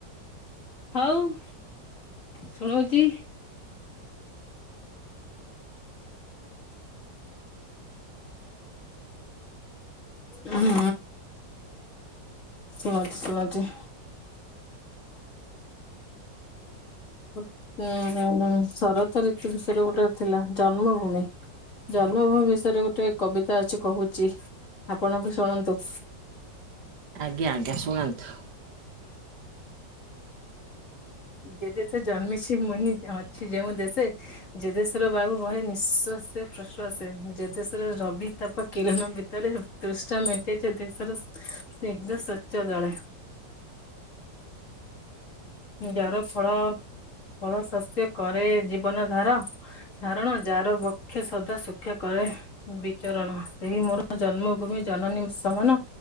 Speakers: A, on the left; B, on the right.
A: ହଉ ଶୁଣଉଛି। ହୁଁ ଶୁଣଉଚି ଶୁଣଉଚି। ଉଁ ହୁଁ ହୁଁ ଶରତ ଋତୁ ବିଷୟରେ ଗୋଟେ ଥିଲା ଜନ୍ମଭୂମି। ଜନ୍ମଭୂମି ବିଷୟରେ ଗୋଟେ କବିତା ଅଛି କହୁଛି ଆପଣଙ୍କୁ ଶୁଣନ୍ତୁ।
B: ଆଜ୍ଞା ଆଜ୍ଞା ଶୁଣାନ୍ତୁ।
A: ଯେ ଦେସେ ଜନ୍ମିଛି ମୁଁ ହିଁ ଅଛି ଯେଉଁ ଦେଶେ ଯେ ଦେଶର ବାବୁ ବହେ ନିଶ୍ଵାସ ସେ ପ୍ରଶ୍ୱାସେ ଯେ ଦେଶର ରବି ତାପ କିରଣ ଭିତରେ ତୃଷ୍ନା ମେଣ୍ଟେ ଯେ ଦେଶର ଏକଦମ ସଵଚ୍ଛ ଜଳ <inaudible> ଁ ଯାର ଫଳ ଫଳ ଶସ୍ୟ କରେ ଜୀବନ ଧାର ଧାରଣ ଯାର ବକ୍ଷେ ସଦା ଶୂକ୍ଷା କରେ ବିଚରଣ ସେଇ ମୋର ଜନ୍ମଭୂମି ଜନନୀ ସମାନ।